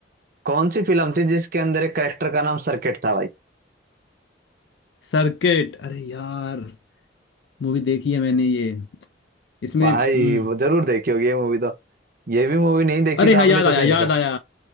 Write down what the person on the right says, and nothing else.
कौन सी फिल्म थी जिसके अंदर एक करेक्टर का नाम सर्किट था भाई
भाई
वो जरूर देखी होगी ये मूवी तो ये भी मूवी नहीं देखी
तो
आपने
कुछ
नहीं
देखा